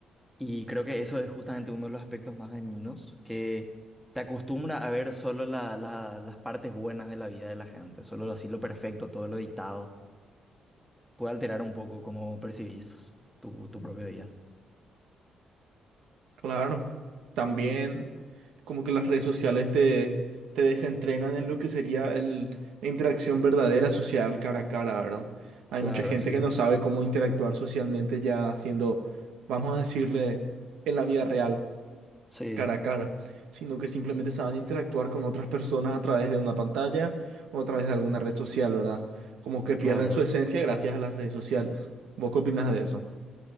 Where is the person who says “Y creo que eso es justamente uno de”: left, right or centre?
Centre